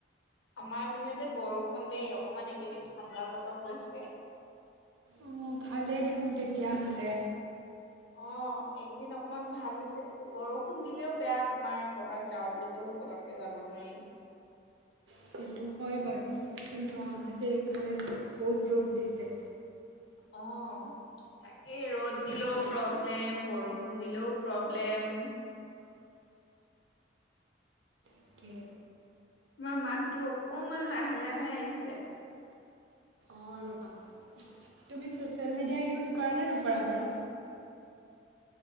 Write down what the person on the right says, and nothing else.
অঁ ভালেই দেখোন তেতিয়াহ'লে।
সেইটো হয় বাৰু কিন্তু আমাৰ যে এইফালে বহুত ৰ'দ দিছে।
তাকে
অঁ ৰ'বা তুমি ছ'চিয়েল মিডিয়া ইউজ কৰা নে নকৰা বাৰু?